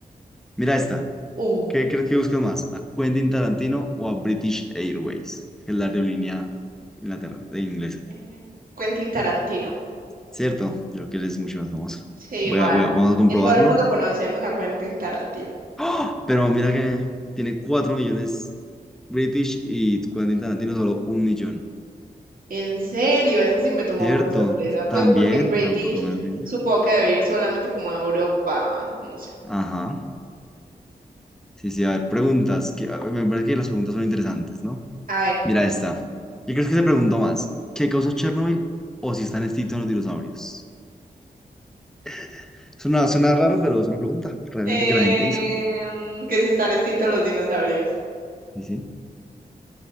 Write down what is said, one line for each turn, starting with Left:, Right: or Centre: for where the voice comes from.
Centre: Mira esta.
Right: uh.
Centre: ¿Qué crees que buscan más? ¿A Quentin Tarantino o a British Airways? Que es la aerolínea Inglaterra, de inglés.
Right: Ujú. Quentin Tarantino.
Centre: ¿Cierto? Yo creo que él es mucho más famoso.
Right: Sí,
Centre: Voy
Right: igual.
Centre: a- voy a- vamos a comprobarlo.
Right: En todo el mundo conocemos a Quentin Tarantino.
Centre: ¡Ah! Pero mira que tiene 4 millones British y Quentin Tarantino solo un millón.
Right: En serio, eso sí me tomó
Centre: ¿Cierto?
Right: por sorpresa. Pues
Centre: También,
Right: porque British
Centre: tampoco menos que ella.
Right: supo que debe ir solamente como a Europa, no sé.
Centre: Ajá. Sí, sí, a ver, preguntas. Que, a ver, me parece que las preguntas son interesantes, ¿no?
Right: A ver.
Centre: Mira esta. Yo creo que se preguntó más. ¿Qué causó Chernobyl o si están extintos los dinosaurios? <laughs> Suena, suena raro, pero es una pregunta realmente
Right: Em,
Centre: que la gente hizo.
Right: que si están extintos los dinosaurios.
Centre: Sí, sí.